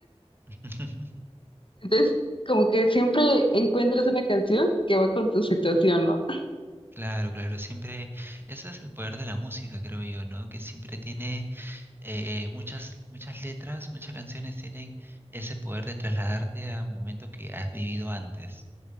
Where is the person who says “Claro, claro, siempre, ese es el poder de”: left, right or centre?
Right